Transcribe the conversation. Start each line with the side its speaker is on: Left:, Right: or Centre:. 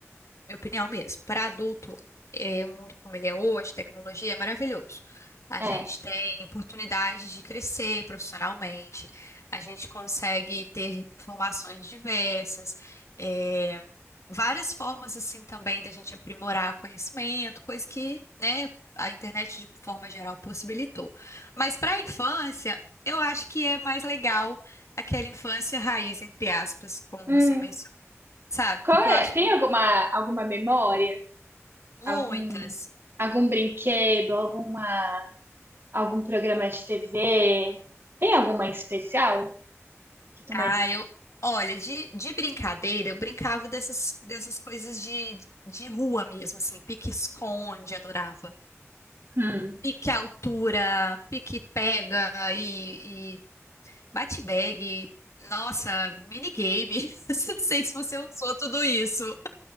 Left: minha opinião mesmo, para adulto, é, o mundo como ele é hoje, tecnologia, é maravilhoso. A
Right: É.
Left: gente tem oportunidade de crescer profissionalmente, a gente consegue ter informações diversas, é, várias formas assim também da gente aprimorar conhecimento, coisa que, né, a internet de forma geral possibilitou. Mas para a infância, eu acho que é mais legal aquela infância raiz, entre aspas, como
Right: Hum.
Left: você mencionou, sabe?
Right: Qual
Left: Porque
Right: é?
Left: eu acho
Right: Tem
Left: que
Right: alguma, alguma memória?
Left: muitas.
Right: Algum, algum brinquedo? Alguma, algum programa de TV? Tem alguma em especial que tu mais...
Left: Ah, eu. Olha, de, de brincadeira, eu brincava dessas, dessas coisas de, de rua mesmo, assim, pique-esconde, adorava.
Right: Hum.
Left: Pique-altura, pique-pega e, e bate-bag. Nossa, minigame. <laughs> Não sei se você usou tudo isso.